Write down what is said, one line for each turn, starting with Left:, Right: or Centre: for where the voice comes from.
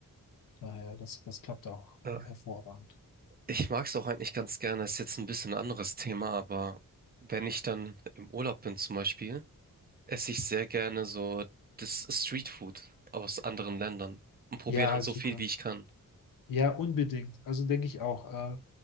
Left: Daher, das, das klappt auch
Right: Ja,
Left: äh, hervorragend.
Right: ich mag es auch eigentlich ganz gerne. Ist jetzt ein bisschen anderes Thema, aber wenn ich dann im Urlaub bin zum Beispiel, esse ich sehr gerne so das Streetfood aus anderen Ländern und probiere
Left: Ja,
Right: dann so
Left: super.
Right: viel, wie ich kann.
Left: Ja, unbedingt. Also denke ich auch. Äh,